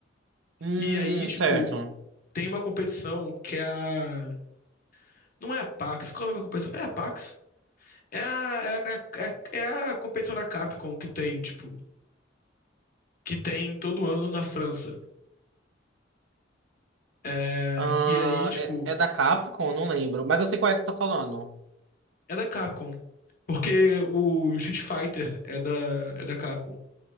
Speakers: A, on the right (about 75°); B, on the left (about 45°).
A: Hum,
B: E aí, tipo,
A: certo.
B: tem uma competição que é a. Não é a PAX, qual é o nome da competição? É a PAX? É a, é a, é a, é a competição da Capcom que tem, tipo, que tem todo ano na França. É,
A: Ah,
B: e aí, tipo,
A: é, é da Capcom, não lembro. Mas eu sei qual é que tá falando.
B: é da Capcom. Porque o Street Fighter é da, é da Capcom.